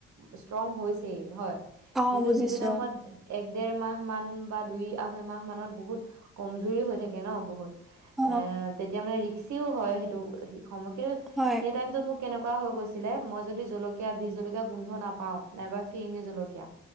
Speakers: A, on the right; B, in the centre.
A: ইচতৰঙ হৈছেই হয়।
B: অ
A: কিন্তু
B: বুজিছো
A: যিটো টাইমত এক দেৰ মাহ মান বা দুই আঢ়ৈ মাহ মানত বহুত কমজুৰি হৈ থাকে ন বহুত।
B: অ
A: এ তেতিয়া মানে ৰি সিচিও হয়। সেইটো কিন্তু
B: হয়
A: সেই টাইমত মোক কেনেকুৱা। এনেকুৱা হৈ গৈছিলে মই যদি জলকীয়া, বিষ জলকীয়া গোন্ধ নাপাও নাইবা ফিৰিঙি জলকীয়া